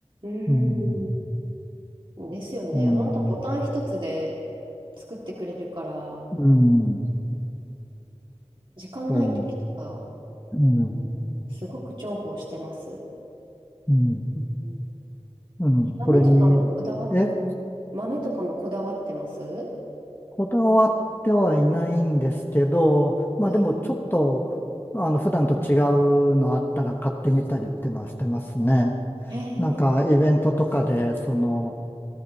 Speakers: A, on the right; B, on the left.
A: う
B: うん、
A: ん。ですよね。
B: うん、
A: 本当ボタン一つで作ってくれるから、
B: うん、
A: 時間ない時とか、
B: そう、うん、
A: うんすごく重宝してます。
B: うん、
A: うん
B: うん、
A: 豆とかもこだわっ
B: それに、え、
A: 豆とかもこだわってます
B: こだわってはいないんですけど、まあでもちょっと、
A: はい。
B: あの、普段と違うのあったら買ってみたりっていうのはしてますね。
A: へ
B: なんかイベントとかで、
A: え、
B: その、